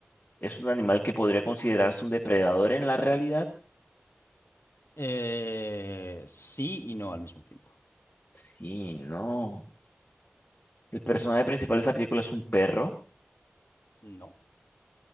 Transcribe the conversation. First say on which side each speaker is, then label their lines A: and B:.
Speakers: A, on the left; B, on the left.
A: es un animal que podría considerarse un depredador en la realidad.
B: Eh, sí y no al mismo tiempo.
A: Sí, no. El personaje principal de esta película es un perro.
B: No.